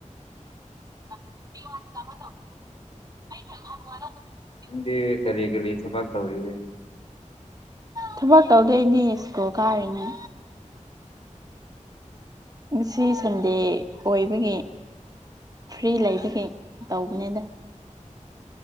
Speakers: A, on the right; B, on the left.
A: ꯇꯧꯪ <inaudible> <unintelligible>
B: ꯅꯪꯗꯤ ꯀꯔꯤ ꯀꯔꯤ ꯊꯕꯛ ꯇꯧꯔꯤꯒꯦ
A: ꯊꯕꯛ ꯇꯧꯗꯣꯏꯗꯤ ꯁ꯭ꯀꯨꯜ ꯀꯥꯔꯤꯅꯦ ꯉꯁꯤ ꯁꯟꯗꯦ ꯑꯣꯏꯕꯒꯤ ꯐ꯭ꯔꯤ ꯂꯩꯕꯒꯤ ꯇꯧꯕꯅꯤꯗ